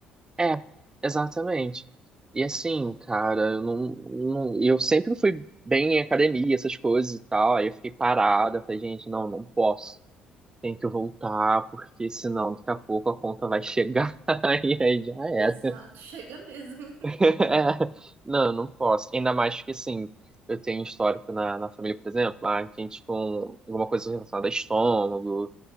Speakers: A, on the right (about 20°); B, on the right (about 60°).
A: é, exatamente. E assim, cara, eu não, não, eu sempre fui bem em academia, essas coisas e tal. Aí eu fiquei parada, falei, gente, não, não posso. Tem que voltar, porque senão daqui a pouco a conta vai chegar <laughs> e aí já era.
B: Exato, chega mesmo. <laughs>
A: <laughs> Não, eu não posso. Ainda mais que, assim, eu tenho histórico na, na família, por exemplo, a gente com alguma coisa relacionada a estômago